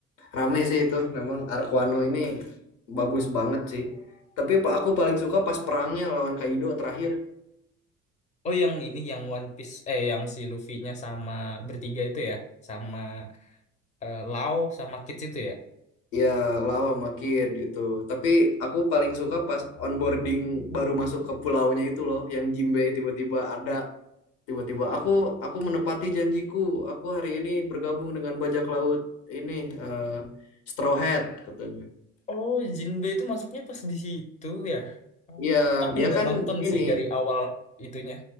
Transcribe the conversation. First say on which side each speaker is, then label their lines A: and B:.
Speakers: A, on the left (about 65°); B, on the left (about 20°).
A: Rame sih itu memang Arkwano ini bagus banget sih. Tapi pa- aku paling suka pas perangnya lawan Kaido terakhir.
B: Oh, yang ini yang One Piece eh yang si Luffy-nya sama bertiga itu ya, sama eh, Lau sama Kids itu ya.
A: Ya lawan sama Kid itu. Tapi aku paling suka pas onboarding baru masuk ke pulaunya itu loh, yang Jinbe tiba-tiba ada. Tiba-tiba aku aku menepati janjiku. Aku hari ini bergabung dengan bajak laut ini eh, Straw Hat katanya.
B: Oh, Jinbe itu masuknya pas di situ ya. Oh.
A: Iya,
B: Aku
A: dia
B: nggak
A: kan
B: nonton
A: ini.
B: sih dari awal itunya